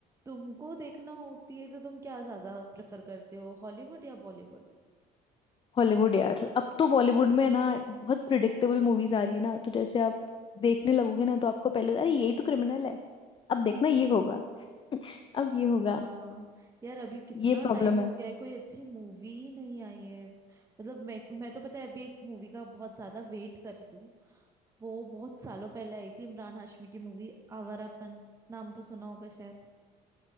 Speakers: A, on the right; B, on the left.
A: तुमको देखना होती है तो तुम क्या ज्यादा प्रेफर करते हो हॉलीवुड या बॉलीवुड
B: हॉलीवुड यार अब तो बॉलीवुड में ना बहुत प्रिडिक्टेबल मूवीज आ रही है ना तो जैसे आप देखने लगोगे ना तो आपको पहले अरे यही तो क्रिमिनल है अब
A: <laughs>
B: देखना ये होगा अब ये होगा
A: हाँ यार अभी कितना
B: ये प्रॉब्लम
A: टाइम
B: है
A: हो गया है कोई अच्छी मूवी ही नहीं आई है मतलब मैं मैं तो पता है अभी एक मूवी का बहुत ज्यादा वेट कर रही हूँ वो बहुत सालों पहले आई थी इमरान हाशमी की मूवी आवारापन नाम तो सुना होगा शायद